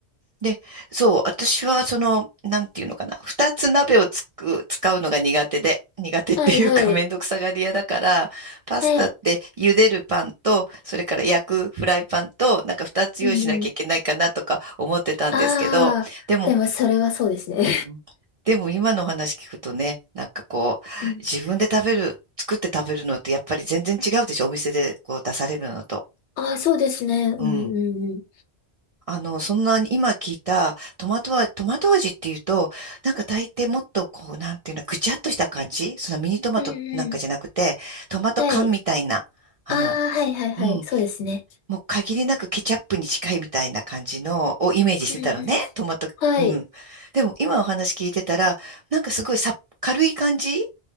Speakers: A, on the right (about 60°); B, on the left (about 90°).
A: で、そう、私はその、なんていうのかな。二つ鍋をつく、使うのが苦手で、苦手っていうかめんどくさがり屋だから、
B: はいはい。
A: パスタって茹でるパンと、
B: はい。
A: それから焼くフライパンと、なんか二つ用意しなきゃいけないかなとか思ってたんですけど、
B: うんうん。ああ、
A: でも
B: でもそれはそうですね。
A: うんでも今のお話聞くとね、なんかこう、
B: <laughs> うん。
A: 自分で食べる、作って食べるのってやっぱり全然違うでしょ、お店でこう出されるのと。
B: ああ、そうですね。うんうんうん。
A: うん。あの、そんなに今聞いたトマト味、トマト味っていうと、なんか大抵もっとこう、なんていうの、ぐちゃっとした感じそのミニトマトなんかじゃなくて、
B: うんうん。
A: トマト缶みたいな、
B: はい
A: あの、
B: ああ、はいはいはい。
A: うん、
B: そうですね。
A: もう限りなくケチャップに近いみたいな感じのをイメージしてたのね、
B: うんうん。
A: トマト。
B: はい。
A: うん。でも今お話聞いてたら、なんかすごいさ軽い感じ